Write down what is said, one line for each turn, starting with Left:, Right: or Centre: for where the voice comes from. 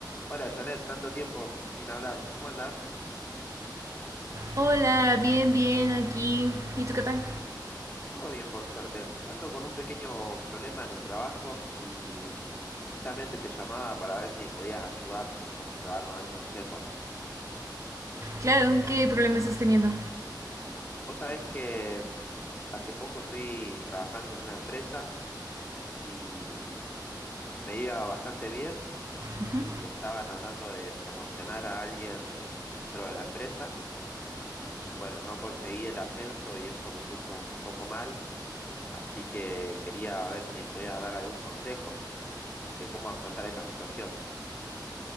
Left: Hola Janet, tanto tiempo sin hablar. ¿Cómo andás?
Right: Hola, bien, bien, aquí. ¿Y tú qué tal?
Left: Todo bien, por suerte. Ando con un pequeño problema en el trabajo y justamente te llamaba para ver si me podías ayudar un poquito, darme algún consejo.
Right: Claro, ¿qué problema estás teniendo?
Left: Vos sabés que hace poco estoy trabajando en una empresa y me iba bastante bien
Right: Ujú.
Left: y estaban hablando de promocionar a alguien en- dentro de la empresa y bueno, no conseguí el ascenso y eso me puso un poco mal Así que quería ver si me podías dar algún consejo de cómo afrontar esta situación.